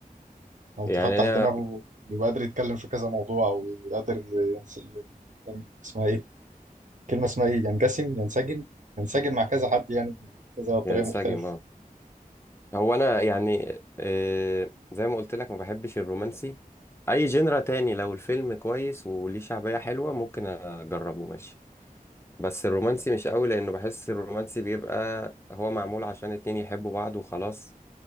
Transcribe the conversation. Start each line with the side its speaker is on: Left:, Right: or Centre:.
Right: او
Left: يعني
Right: تفتح
Left: انا
Right: دماغه بيبقى قادر يتكلم في كذا موضوع او قادر ي- ينس... ي- ين- اسمها ايه كلمه اسمها ايه ينجسم ينسجم ينسجم مع كذا حد يعني بكذا طريقه
Left: ينسجم
Right: مختلفه
Left: اه هو انا يعني آه، زي ما قلت لك ما بحبش الرومانسي اي جينرا تاني لو الفيلم كويس وليه شعبية حلوة ممكن اجربه ماشي بس الرومانسي مش قوي لانه بحس الرومانسي بيبقى هو معمول عشان اتنين يحبوا بعض وخلاص